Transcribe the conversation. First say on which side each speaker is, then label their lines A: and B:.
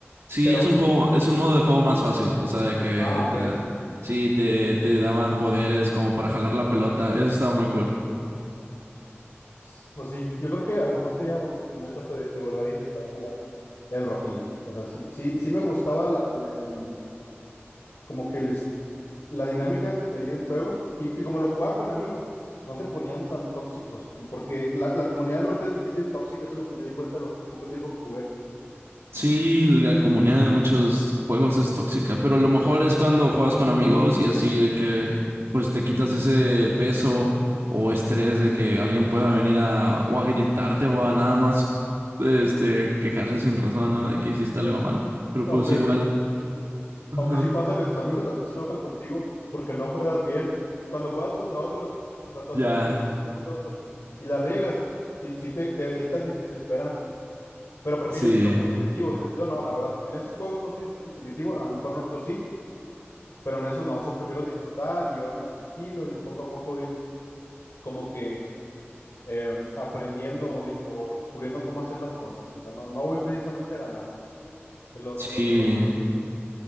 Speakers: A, on the right; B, on the left.
A: Sí,
B: Pero,
A: es un juego, es un modo de juego más fácil, o sea, de que
B: ah, ok.
A: te, sí, te, te daban poderes como para jalar la pelota, eso estaba muy cool.
B: S- Pues sí, yo creo que a lo mejor sería buen momento pe- de, volver a intentar jugar el Rocket League. O sea, sí, sí, sí me gustaba la- el, el- como que el, la dinámica de ahí del juego. Y, y como lo jugaba con amigos, no se ponían tan tóxicos, com- porque la, la comunidad del Rocket League es bien tóxica, eso es lo que me di cuenta lo poco tiempo que jugué.
A: Sí, la comunidad de muchos juegos es tóxica, pero lo mejor es cuando juegas con amigos y así de que pues te quitas ese peso o estrés de que alguien pueda venir a o a gritarte o a nada más este quejarse sin razón, ¿no? De que hiciste algo mal. Pero
B: Aunque,
A: pues igual, <laughs> ajá,
B: aunque sí pasa que tus amigos también se enojan contigo porque no juegas bien. Cuando juegas contra otros, o sea, tú haces
A: ya,
B: tu tiempo también contra otros y la riegas, sí, sí te, te gritan y se desesperan. Pero porque
A: sí,
B: ellos sí son competitivos, yo, yo no, la verdad. En esos juegos no soy competitivo, a lo mejor en otros sí, pero en esos no, o sea, prefiero disfrutar y llevármela tranquilo y poco a poco ir como que eh, aprendiendo o, di- o descubriendo cómo hacer las cosas. O sea, no, no voy precisamente a ganar. Es lo,
A: sí.
B: es lo que hago en Rocket League.